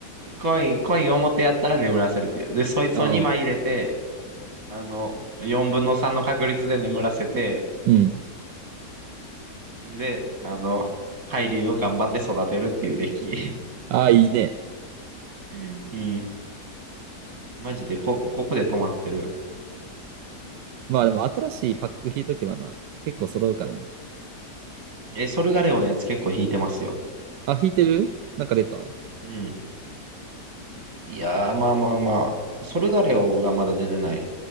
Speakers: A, on the right (about 55°); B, on the right (about 80°).
A: コイン、コイン表やったら眠らせるっていう。で、そいつを2枚入れて、
B: ああ。
A: あの、4分の3の確率で眠らせて、
B: うん。
A: んで、あの、海流を頑張って育てるっていうデッキ。
B: ああ、いいね。
A: <laughs> うん。マジでこ、ここで止まってる。
B: まあでも新しいパック引いとけばな、結構揃うからな。
A: え、ソルガレオのやつ結構弾いてますよ。
B: あ、引いてるなんか出たあ
A: うん。いやー、まあまあまあ。ソルガレオがまだ出てない。